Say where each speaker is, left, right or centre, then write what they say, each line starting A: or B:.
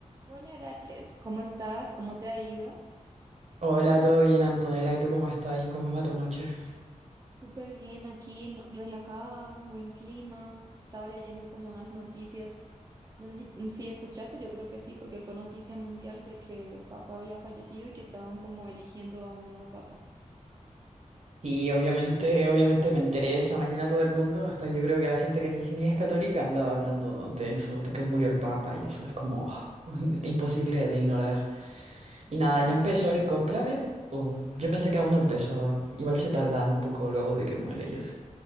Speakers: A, on the right; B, on the right.
A: Hola Heracles, ¿cómo estás? ¿Cómo te ha ido?
B: Hola, ¿todo bien, Antonella? ¿Y tú cómo estás? ¿Cómo va tu noche?
A: Súper bien aquí, no- relajada, buen clima. Estaba leyendo como unas noticias. No sé si, si escuchaste, yo creo que sí, porque fue noticia mundial de que el papa había fallecido y que estaban como eligiendo a un nuevo papa.
B: Sí, obviamente, obviamente me enteré esa mañana todo el mundo, hasta yo creo que la gente que ni, ni es católica andaba hablando de eso, de que murió el Papa y eso es como ah, <laughs> imposible de ignorar.
A: Exacto.
B: Y nada, ya empezó el conclave, o yo pensé que aún no empezaba, igual se tardan un poco luego de que muere y así.